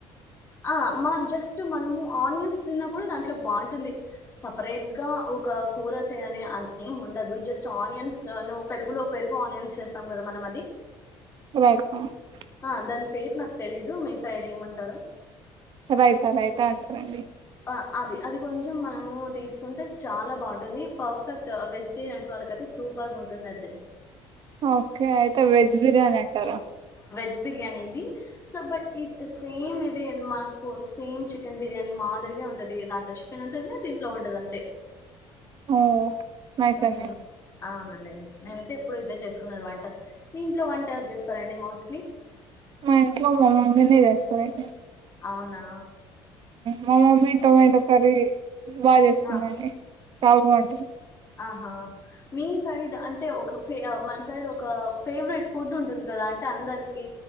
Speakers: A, on the left; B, on the right.
A: ఆ మ జస్ట్ మనము ఆనియన్స్ తిన్నా కూడా దాంట్లో బావుంటుంది సెప్రేట్ గా ఒక కూర చేయాలి అని ఎమ్ ఉండదు జస్ట్ ఆనియన్స్ ను పెరుగులో పెరుగు ఆనియన్స్ చేస్తాం కదా మనం అది
B: రేఖ <unintelligible>
A: ఆ దాని పేరు నాకు తెలీదు మీ సైడ్ ఏమంటారో
B: రైత రైతా అంటరండి
A: ఆ అది అది కొంచెం మనము తీసుకుంటే చాలా బాగుంటుంది పర్ఫెక్ట్ వెజిటేరియన్స్ వాళ్ళకయితే సూపర్ గా ఉంటుంది అయితే
B: మ్ ఓకే అయితే వెజ్ బిర్యానీ అంటారు
A: జ్ బిర్యానీ ఇదీ సబట్టి సేమ్ ఇది మనకు సేమ్ చికెన్ బిర్యానీ మాదిరిగా ఉంటది దాంట్లో చికెన్ ఉంటుంది దీంట్లో ఉండదు అంతే <inaudible>
B: ఓ మైసమ్మె
A: మ్మ్ అవునండి నేనైతే ఇప్పుడు ఇదే చేసుకునేది వంట మీ ఇంట్లో వంట ఎవరు చేస్తారండి మోస్ట్లీ
B: మా ఇంట్లో మా మమ్మీ నే చేస్తారండి
A: అవునా
B: మా మమ్మీ టొమాటో కర్రీ బాగా చేస్తుందండి
A: ఆ
B: చాలా బాగుంటది
A: అ.. మీ సైడ్ అంటే ఒక ఫే మన సైడ్ ఒక ఫేవరెట్ ఫుడ్ ఉంటుంది కదా అంటే అందరికిీ